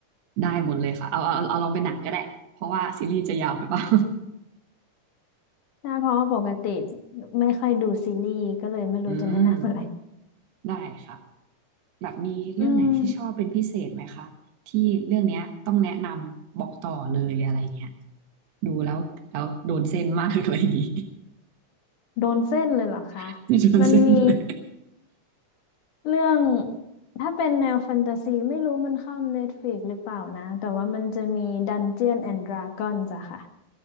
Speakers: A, on the right; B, on the left.
A: ได้หมดเลยค่ะเอาเอาเอาลองเป็นหนังก็ได้เพราะว่าซีรีส์จะยาวไปเปล่า
B: ใช่เพราะว่าปกติไม่ค่อยดูซีรีส์ก็เลยไม่รู้จะแนะนำอะไร
A: อืมได้ค่ะแบบมีเรื่องไหนที่ชอบเป็นพิเศษไหมคะที่เรื่องเนี้ยต้องแนะนำบอกต่อเลยอะไรเงี้ย
B: อืม
A: ดูแล้วแล้วโดนเส้นมากอะไรอย่างงี้
B: โดนเส้นเลยเหรอคะ
A: <laughs> ที่โดนเส้นเลย
B: มันมีเรื่องถ้าเป็นแนวแฟนตาซีไม่รู้มันเข้า Netflix หรือเปล่านะแต่ว่ามันจะมี Dungeon and Dragons อะค่ะ